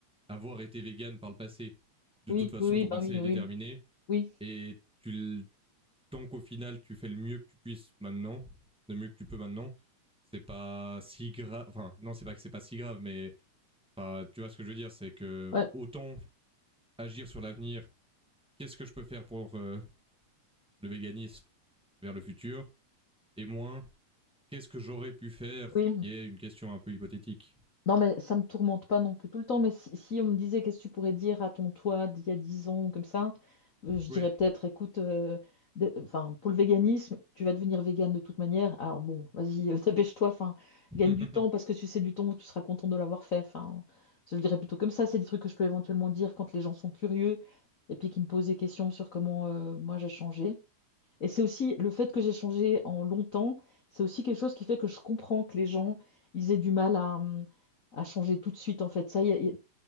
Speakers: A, in the centre; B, on the left.
A: avoir été vegan par le passé. De
B: Oui,
A: toute façon,
B: oui, oui,
A: ton
B: bah
A: passé
B: oui,
A: est
B: oui,
A: déterminé
B: oui.
A: et tu tant qu'au final tu fais le mieux que tu puisses maintenant, le mieux que tu peux maintenant, c'est pas si grave. Enfin, non, c'est pas que c'est pas si grave, mais enfin, tu vois ce que je veux dire, c'est que
B: Ouais.
A: autant agir sur l'avenir. Qu'est-ce que je peux faire pour euh, le véganisme vers le futur et moins qu'est-ce que j'aurais pu faire,
B: Oui,
A: qui est une question un peu hypothétique.
B: Non, mais ça me tourmente pas non plus tout le temps. Mais si, si on me disait qu'est-ce que tu pourrais dire à ton toi d'il y a 10 ans, ou comme ça, euh, je
A: Oui.
B: dirais peut-être, écoute, euh, de- enfin, pour le véganisme, tu vas devenir végane de toute manière. Alors bon, vas-y, euh, <laughs> dépêche-toi, enfin,
A: <laughs>
B: gagne du temps parce que tu sais du temps, tu seras content de l'avoir fait. Enfin, je le dirais plutôt comme ça. C'est des trucs que je peux éventuellement dire quand les gens sont curieux et puis qui me posent des questions sur comment euh, moi j'ai changé. Et c'est aussi le fait que j'ai changé en longtemps, c'est aussi quelque chose qui fait que je comprends que les gens, ils aient du mal à, hum, à changer tout de suite, en fait. Ça, il y a, il y a-